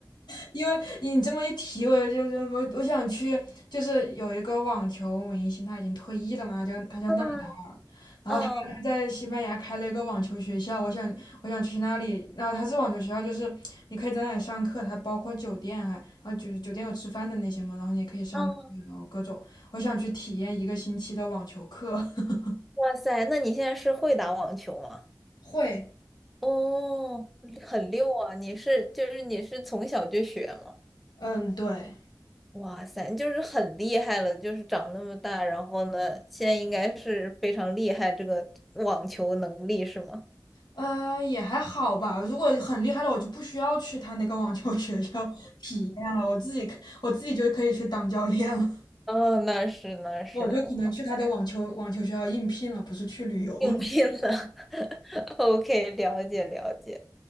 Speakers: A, on the left; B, in the centre.
A: 因为你这么一提，我就是我我想去，就是有一个网球明星，他已经退役了嘛，他叫他叫纳达尔，
B: 嗯
A: 然后他他在西班牙开了一个网球学校，
B: 嗯
A: 我想我想去那里，然后他是网球学校，就是你可以在那里上课，它包括酒店还，然后酒酒店有吃饭的那些嘛，然后你也可以上课然后各种，
B: 嗯，
A: 我想去体验一个星期的网球课。<laughs>
B: 哇塞，那你现在是会打网球吗？
A: 会，
B: 哦，很溜啊！你是就是你是从小就学吗？
A: 嗯，对。
B: 哇塞，就是很厉害了，就是长那么大，然后呢，现在应该是非常厉害这个网球能力是吗？
A: 呃，也还好吧。如果很厉害的，我就不需要去他那个网球学校 <laughs> 体验了，我自己我自己就可以去当教练了。
B: 哦，那是那是，
A: <laughs> 我就可能去他的网球网球学校应聘了，
B: 哇塞
A: 不是去旅游了。
B: 应聘了 <laughs>，OK，了解了解，